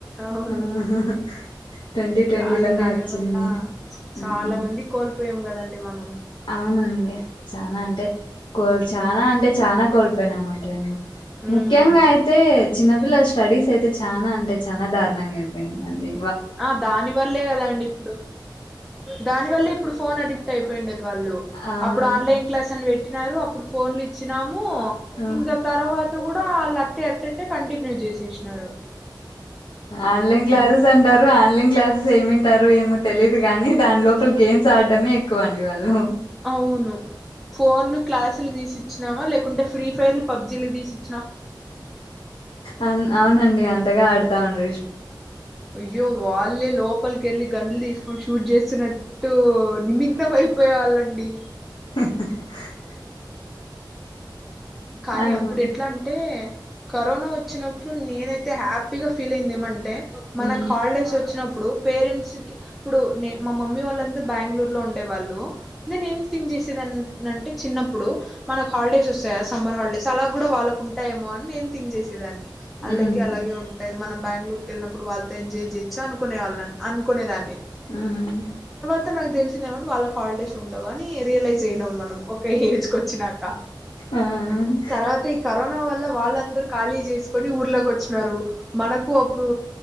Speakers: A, in the centre; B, on the left.
A: అవును
B: <unintelligible> ట్వంటీలోనే
A: కానీ దాని
B: వచ్చింది
A: వల్ల
B: హ్మ్
A: చాల మంది కోల్పోయాం కదండి మనం
B: అవునండి చాన అంటే కో చానా అంటే చానాా కోల్పోయినామా టైంలో
A: ఉమ్
B: ముఖ్యంగ అయితే చిన్న పిల్ల స్టడీస్ అయితే చా నా అంటే చాలా దారుణంగా అయిపోయిందండి
A: ఆ దాని వల్లే కదా అండి ఇప్పుడు దాని వల్లే ఇప్పుడు ఫోన్ ఆడిట్ అయిపోయిండది వాళ్ళు
B: ఆ
A: అప్పుడు ఆన్లైన్ క్లాస్ అని పెట్టినారు అప్పుడు ఫోన్లు ఇచ్చినాం ము
B: ఆ
A: ఇంకా తర్వాత కూడా వాళ్ళు అట్టే అట్టట్టే కంటిన్యూ చేసేసినారు
B: ఆన్లైన్ క్లాసెస్
A: ఉమ్
B: అంటారు ఆన్లైన్ క్లాసెస్ ఏమింటారు ఏమె తెలీదు కాని దాని లోపల గేమ్స్ ఆడ్డమే ఎక్కువ అండి వాళ్ళు
A: అవును ఫోన్లు క్లాసులు తీసిచ్చినావా లేకుంటే ఫ్రీ ఫైర్లు పబ్జీలు తీసియి
B: అ అవునండి అంతగా ఆడు తాండ్రు
A: అయ్యో వాళ్ళే లోపలిక వెళ్ళి గండ్లు తీసుకొని షూట్ చేస్తున్నట్టు నిమ్మి గ్న మయిపోయే వాల్లండి
B: <unintelligible>
A: కానీ
B: అవును
A: అప్పుడు ఎట్లా అంటే కరోన వచ్చినప్పుడు నేనైతే హ్యాపీగా ఫీల్ అయింది ఏమంటే మనకు
B: ఉమ్
A: హాలిడేస్ వచ్చినప్పుడు ఇప్పుడు పేరెంట్స్కి ఇప్పుడు నే మా మమ్మీ వాళ్ళందరు బెంగళూరులో ఉండే వాళ్ళు నేను ఏమ్ థింక్ చేసే దాన్ని అంటే చిన్నప్పుడు మనకు హాలిడేస్ వస్త్ టయా సమ్మర్ హాల్ డేస్ అలా కూడా వాళ్ళకు ఉంటాయే ఎమో అని నేను థింక్ చేసేదాన్ని అళ్ళకి
B: ఉమ్
A: అలాగే ఉంటాయి మనం బ్యాంగ్ళూరుకి ఏళ్ నప్పుడు వాళ్ తో ఎంజాయ్ చేయచ్చా అనుకునే వాళ్ళని అనుకునే దాన్ని
B: హు
A: అంత నాకు తెలిసిన ఏ మోంట్ వాళ్ళ క్ హాల్ డేస్ ఉండవ అని రియలైజ్ అయినామ్ మనం ఓ ఒక ఏజ్ క్ కోచ్చినాక
B: ఆ
A: తర్వాత ఈ కరోన్ న వల్ల వాళ్ళ అందరూ ఖాళీ చేసుకొని ఊర్లోకి కొచ్చిన్నారు మనకు అప్పుడు